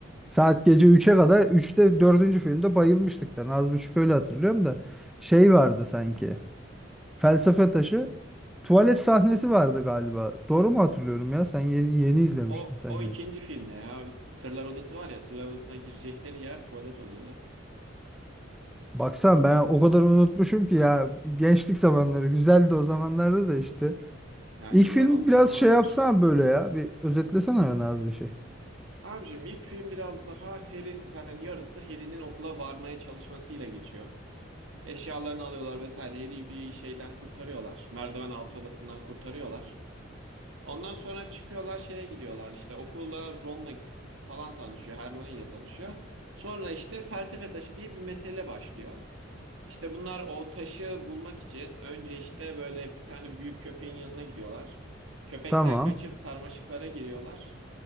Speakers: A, in the centre; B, on the right.
A: Saat gece üçe kadar üçte dördüncü filmde bayılmıştık ben az buçuk öyle hatırlıyorum da şey vardı sanki. Felsefe Taşı. Tuvalet sahnesi vardı galiba. Doğru mu hatırlıyorum ya? Sen yeni, yeni izlemiştin
B: O,
A: sanki.
B: o ikinci filmde ya Sırlar Odası var ya Sırlar Odası'na girecekleri yer tuvalet oluyordu.
A: Baksan ben
B: Am-
A: o kadar unutmuşum ki ya. Gençlik zamanları güzeldi o zamanlarda da işte.
B: Ya
A: İlk
B: yıllar
A: film
B: olmuş
A: biraz
B: doğaldır.
A: şey yapsana böyle ya. Bir özetlesene bana az bir şey.
B: Abicim ilk film biraz daha Harry'in zaten yarısı Harry'nin okula varmaya çalışmasıyla geçiyor. Eşyalarını alıyorlar vesaire. Harry'i bir şeyden kurtarıyorlar. Merdiven altı odasından kurtarıyorlar. Ondan sonra çıkıyorlar şeye gidiyorlar işte okula Ron'la falan tanışıyor, Hermione ile tanışıyor. Sonra işte felsefe taşı diye bir mesele başlıyor. İşte bunlar o taşı bulmak için önce işte böyle bir tane büyük köpeğin yanına gidiyorlar. Köpekten
A: Tamam.
B: kaçıp sarmaşıklara giriyorlar.